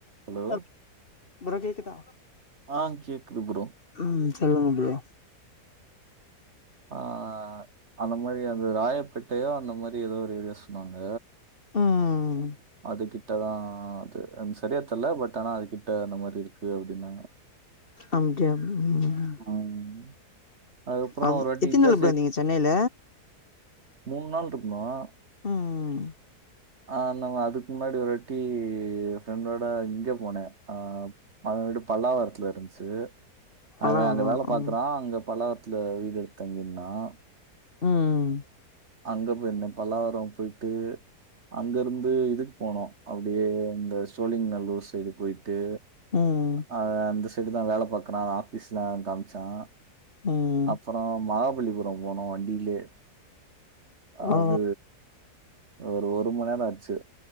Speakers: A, on the right; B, on the left.
A: Hello
B: அப் bro கேக்குதா
A: ஆ கேக்குது ப்ரோ
B: ம் சொல்லுங்க ப்ரோ
A: ஆ அந்த மாரி அந்த ராயப்பேட்டையோ அந்த மாரி ஏதோ ஒரு ஏரியா சொன்னாங்க
B: ம்
A: அது கிட்டதான் அது சரியா தெல்ல பட் ஆனா அது கிட் ட அந்த மாதிரி இருக்கு அப்படின்னாங்
B: அப்டியா ம்ம்
A: ம் அதுக்கப்றோ
B: அ
A: ஒரு வாட்டி
B: எத்தனை
A: இந்த
B: நாள் ப்ரோ இருந்தீங்க சென்னையில
A: மூணு நாள் இருக்கணும்
B: ம்
A: ஆ நம அதுக்கு முன்னாடி ஒரு வாட்டி ஃப்ரெண்டோட இங்க போனேன் அ அவன் வீடு பல்லாவரத் துல இருந்துச்சு
B: பல்லாவரோ
A: அவன் அங்க வேலை பாக்குறான்
B: ம்
A: அங்க பல்லாரத்துல வீடு எடுத்து தங்கிருந்தான்
B: ம்
A: அங்க போய் இருந்தேன் பல்லாவாரம் போயிட்டு அங்க இருந்து இது போனோம் அப்படியே இந்த சோழிங்க நல்லூர் சைடு போயிட்டு
B: ம்
A: அவன் அந்த சைடு தான் வேலை பாக்குறான் ஆபீஸ்லாம் காம்ச்சான்
B: ம்
A: அப்புறம் மகாபலிபுரம் போனோம் வண்டியிலே அது
B: ஆ
A: ஒரு ஒரு மணி நேரம் ஆச்சு